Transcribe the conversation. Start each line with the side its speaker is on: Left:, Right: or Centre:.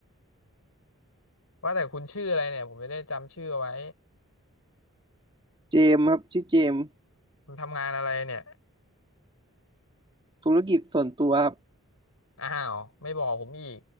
Left: ว่าแต่คุณชื่ออะไรเนี่ยผมจะได้จำชื่อเอาไว้
Right: เจมส์ครับชื่อเจมส์
Left: คุณทำงานอะไรเนี่ย
Right: ธุรกิจส่วนตัวครับ
Left: อ้าวไม่บอกผมอีก